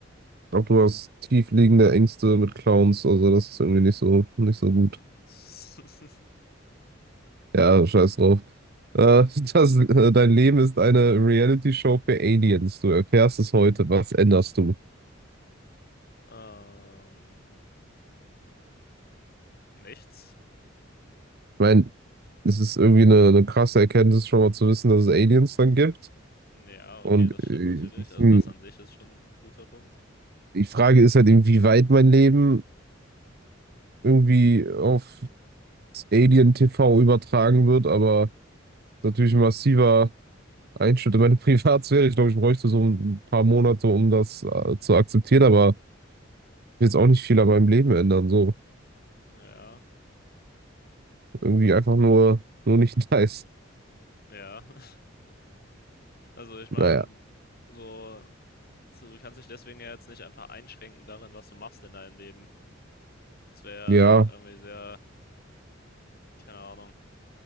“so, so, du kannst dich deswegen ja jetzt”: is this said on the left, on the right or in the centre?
Left